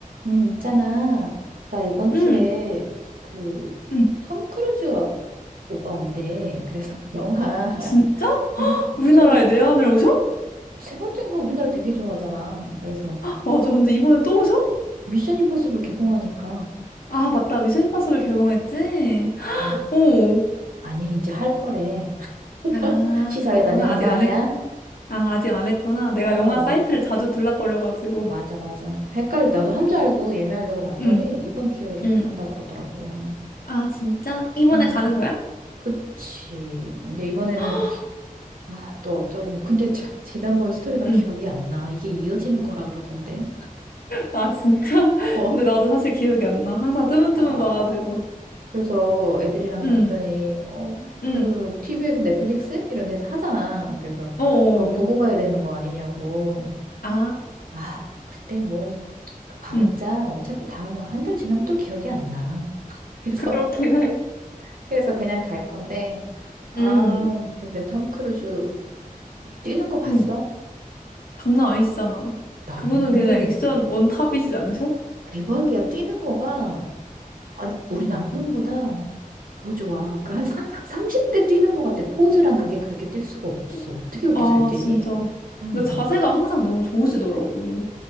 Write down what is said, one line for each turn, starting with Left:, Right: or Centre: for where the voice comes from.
Right: 음, 있잖아. 나 이번
Left: 응,
Right: 주에 그,
Left: 응.
Right: 톰 크루즈 오빠 온대. 그래서 <laughs> 영화,
Left: 진짜?
Right: 미,
Left: <gasps>
Right: 미션이,
Left: 우리나라에 내한을 오셔?
Right: 세 번째인가 우리나라 되게 좋아하잖아. 그래서
Left: 맞아. 근데 이번에 또 오셔?
Right: 미션 임퍼서블 개봉하니까.
Left: 아, 맞다. 미션 임파서블 개봉했지? <gasps>
Right: 아니,
Left: 오.
Right: 아니, 이제 할 거래. <laughs>
Left: 아,
Right: 시사회
Left: 그렇구나.
Right: 다녀온
Left: 아직
Right: 거 아니야?
Left: 안 했, 아, 아직 안 했구나. 내가
Right: 어,
Left: 영화 사이트를 자주 들락거려가지고.
Right: 맞아, 맞아. 헷갈리, 나도 한 줄 알고 예매하려고 봤더니
Left: 응,
Right: 이번 주에
Left: 응.
Right: 한다 그러더라고.
Left: 아, 진짜? 이번에
Right: 음,
Left: 가는 거야?
Right: 그치. 근데 이번에는
Left: <gasps>
Right: 아, 또 어쩌려는. 근데 지- 지난번 스토리가
Left: 응.
Right: 기억이 안 나. 이게 이어지는 거라 그러던데.
Left: 아, 진짜? <laughs>
Right: 어,
Left: 근데 나도 사실 기억이 안 나. 항상 뜨문뜨문
Right: 아,
Left: 봐가지고.
Right: 그래서 애들이랑
Left: 응,
Right: 남편이, 어, 그,
Left: 응.
Right: TV에서 넷플릭스? 이런 데서 하잖아. 그래서
Left: 어.
Right: 그거 보고 가야 되는 거 아니냐고.
Left: 아.
Right: 아, 그때 뭐, 봐봤자
Left: 응.
Right: 어차피 다음, 한 달 지나면 또 기억이 안 나. 그래서,
Left: 그렇긴
Right: <laughs>
Left: 해.
Right: 그래서 그냥 갈 건데. 아,
Left: 응.
Right: 근데 톰 크루즈 뛰는 거 봤어?
Left: 어. 장난 아니시잖아.
Right: 나는
Left: 그분은 그냥 액션 원탑이시지 않으셔?
Right: 대박이야. 뛰는 거가. 아니, 우리 남편보다 더 좋아. 그 한 30대 뛰는 것 같아. 포즈랑 그게 그렇게 뛸 수가 없어.
Left: 음.
Right: 어떻게 그렇게
Left: 아,
Right: 잘 뛰니?
Left: 진짜.
Right: 응.
Left: 근 자세가 항상 너무 좋으시더라고.